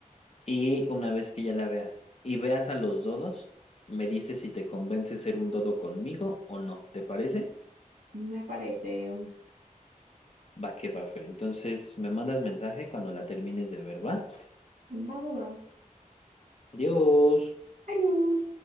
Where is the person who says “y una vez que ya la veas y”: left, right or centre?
Left